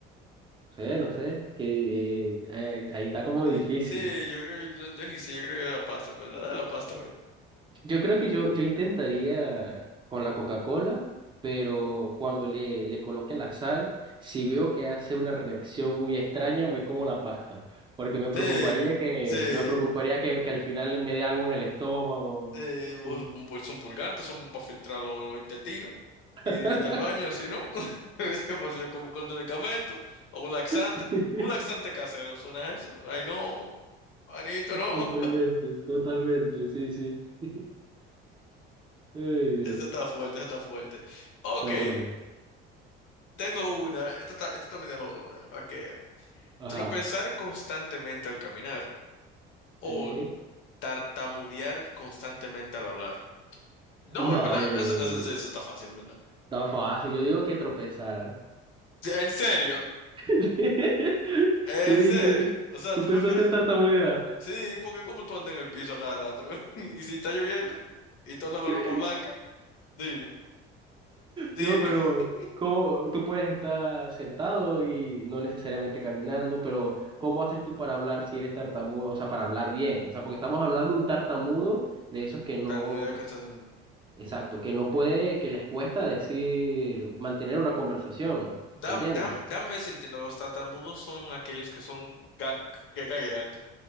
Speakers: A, on the right; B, on the left.
A: No sé, no sé, que eh, eh, ahí está como
B: Sí,
A: difícil.
B: sí, yo, yo, yo ni sé, yo creo que la pasta, en verdad, la pasta, ve.
A: Yo creo que yo, yo intentaría con la Coca-Cola, pero cuando le, le coloque la sal, si veo que hace una reacción muy extraña, me como la pasta, porque me preocuparía
B: Sí,
A: que,
B: sí.
A: me preocuparía que, que al final me dé algo en el estómago.
B: Eh, vos
A: Uh.
B: un pulso un pulgar, eso para filtrar los, los intestinos y
A: <laughs>
B: directo al baño, así no. <laughs> Ese Por si como con medicamento o un laxante,
A: <laughs>
B: un laxante casero, ¿suena eso? Ay, no, Anito, no.
A: Totalmente, totalmente, sí, sí. <laughs> Ay,
B: <laughs>
A: Dios,
B: Ese está fuerte, ese está fuerte. Ok,
A: está buena.
B: tengo una, esta está, esta está media jodona. Ok,
A: Ajá.
B: tropezar constantemente al caminar o
A: ok.
B: tartamudear constantemente al hablar. No,
A: No,
B: en verdad,
A: ya,
B: eso,
A: ya,
B: eso, eso está fácil, ¿verdad?
A: está fácil. Yo digo que tropezar
B: Sí, En serio,
A: <laughs>
B: en
A: Tú dijiste,
B: serio. O sea,
A: tú
B: tú
A: pensaste
B: prefieres.
A: en tartamudea.
B: Sí, porque como tú andas en el piso cada rato, <laughs> y si está lloviendo, y tú andas con
A: <laughs>
B: ropa blanca, dime, dime.
A: No, pero
B: <laughs>
A: ¿cómo tú puedes estar sentado y no necesariamente caminando? Pero ¿cómo haces tú para hablar si eres tartamudo? O sea, para hablar bien. O sea, porque estamos hablando de un tartamudo de esos que no
B: Tartamudeo constantemente.
A: Exacto, que no puede, que les cuesta decir, mantener una conversación,
B: Dame,
A: ¿me entiendes?
B: dame, dame sintiendo, los tartamudos son aquellos que son ga- que caguean.